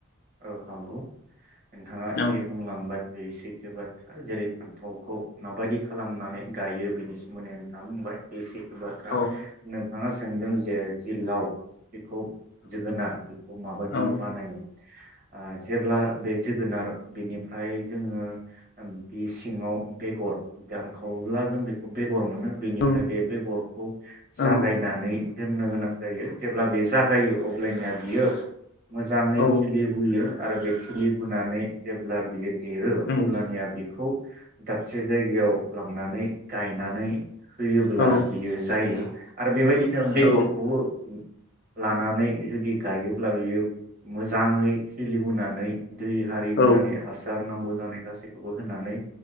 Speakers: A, on the right; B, on the left.
A: औ हागोन नोंथाङा
B: औ
A: जे बुंलांबाय बे सैथो बाथ्रा जेरै थावखौ माबायदि खालामनानै गायो बेनि सोमोन्दै आोंथाङा बुंबाय बे एसे बेयो सैथो बाथ्रा
B: औ
A: नोंथां नोंथाङा सोंदों जे जि लाव बेखौ जोगोनार बेखौ माबायदि
B: औ
A: बानायो जेब्ला बे जोगोनार बेनिफ्राय जोङो बे सिङाव बेगर दानखावोब्ला जों बेखौ बेगर मोनो बेनिफ्राय
B: औ
A: बे बेगरखौ
B: औ
A: जागायनानै दोननो गोनां जायो जेब्ला बे जागायो अब्लानिया बियो मोजाङै
B: औ
A: खिलिबोयो आरो बे खिलि बोनानै जेब्ला बियो देरो
B: औ
A: अब्लानिया बेखौ दाबसे जायगायाव लांनानै गायनानै होयोब्ला
B: औ
A: बियो जायो आरो बेबायदि बिदिनो बेगरखौबो
B: औ
A: लानानै जुदि गायोब्ला बियो मोजाङै खिलिबोनानै दै आरि होनानै
B: औ
A: हासार नांगौ। <unintelligible> गासैखौबो होननानै